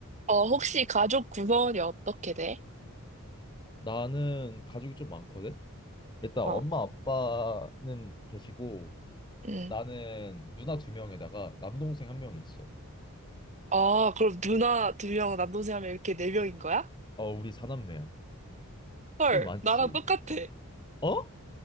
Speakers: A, on the right (about 30°); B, on the left (about 20°).
A: 어, 혹시 가족 구성원이 어떻게 돼?
B: 나는 가족이 좀 많거든. 일단
A: 어,
B: 엄마 아빠는 계시고
A: 응.
B: 나는 누나 두 명에다가 남동생 한 명이 있어.
A: 아, 그럼 누나 두 명, 남동생 하면 이렇게 네 명인 거야?
B: 어, 우리 사남매야.
A: 헐,
B: 좀 많지.
A: 나랑 똑같아.
B: 어?